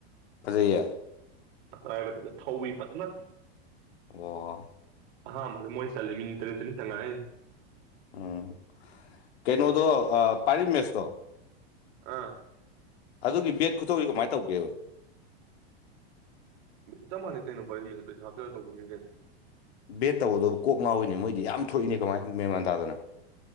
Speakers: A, on the left; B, on the right.
A: ꯐꯖꯌꯦ
B: ꯥꯏꯕ ꯊꯧꯕꯋꯤ ꯐ ꯅ <unintelligible>
A: ꯑꯣ
B: ꯑꯥ ꯃꯣꯏꯅꯤꯁꯂ ꯃꯤꯅꯤꯇꯔꯦ ꯇꯔꯤ ꯊꯉꯥꯏꯦ
A: ꯎꯝ ꯀꯩꯅꯣꯗꯣ ꯄꯥꯔꯤ ꯃꯦꯁꯇꯣ
B: ꯑꯥ
A: ꯑꯗꯨꯒꯤ ꯚꯦꯠ ꯈꯨꯇꯧꯁꯤ ꯀꯃꯥꯏꯅ ꯇꯧꯒꯦꯕ
B: ꯆꯞ ꯃꯥꯟꯅꯩ ꯀꯩꯅꯣ ꯄꯔꯤ ꯄꯩꯁꯥ ꯍꯥꯞꯆꯤꯂꯒ ꯇꯧꯗꯣꯏꯅꯤ ꯀꯩꯅꯣ
A: ꯕꯦꯠ ꯇꯧꯕꯗꯣ ꯀꯣꯛ ꯉꯥꯎꯏꯅꯦ ꯃꯣꯏꯗꯤ ꯌꯥꯝ ꯊꯣꯛꯏꯅꯦ ꯀꯃꯥꯏ ꯃꯦꯟꯃꯥꯟ ꯇꯥꯗꯅ